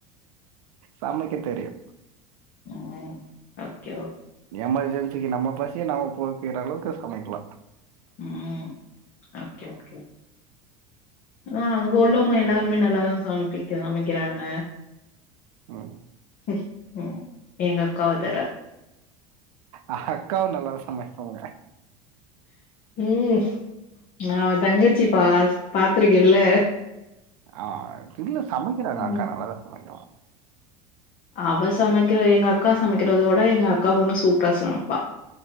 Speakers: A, on the right; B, on the left.
A: சமைக்க தெரியும்.
B: உஹம் ஓகே
A: எமர்ஜென்சிக்கு நம்ம பசிய நம்ம போக்கிற அளவுக்கு சமைக்கலா
B: உம் ஓகே ஓகே ஆ அங்க உள்ளவங்க எல்லாருமே நல்லாதா சமைப்பிக் சமைக்கிறாங்க
A: உஹ்
B: உம் உம் எங்க அக்காவ தவர
A: ஆஹ அக்காவும் நல்லா தா சமைப்பாங்க
B: உம் நா அவ தங்கச்சி பா பாத்திருக்கேன்ல
A: ஆஹ் இல்ல சமைக்கிறாங்க
B: ம்
A: அக்கா நல்லதா சமைக்கி
B: அவ சமைக்கிற எங்க அக்கா சமைக்கிறதோட எங்க அக்கா பொண்ணு சூப்பரா சமைப்பா